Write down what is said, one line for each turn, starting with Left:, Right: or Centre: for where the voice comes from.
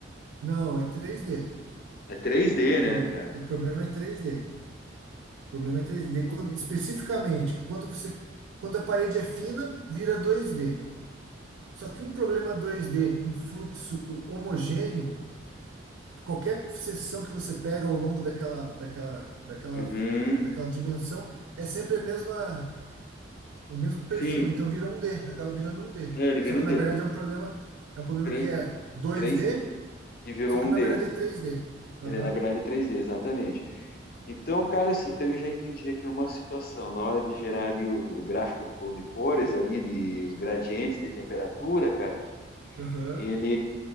Right: Não, é três d
Left: É três d
Right: O
Left: né,
Right: problema,
Left: cara?
Right: o problema é três d O problema é três d Quando- especificamente, quando você, quando a parede é fina, vira dois d Só que um problema dois d com fluxo homogêneo, qualquer seção que você pega ao longo daquela, daquela, daquela,
Left: Uhum.
Right: daquela dimensão, é sempre a mesma. o mesmo perfil,
Left: Sim,
Right: então vira um D, acaba virando um D.
Left: é, ele vira
Right: Só que
Left: um
Right: na
Left: D.
Right: verdade é um problema, é um problema
Left: 3
Right: que é dois
Left: 3D,
Right: d
Left: que virou
Right: só que
Left: um
Right: na
Left: D.
Right: verdade é três d Aham,
Left: Ele, na verdade, é três d exatamente. Então, cara, assim, então eu já entendi aqui uma situação. Na hora de gerar ali o, o gráfico de cores ali, de, os gradientes de temperatura, cara,
Right: aham.
Left: ele,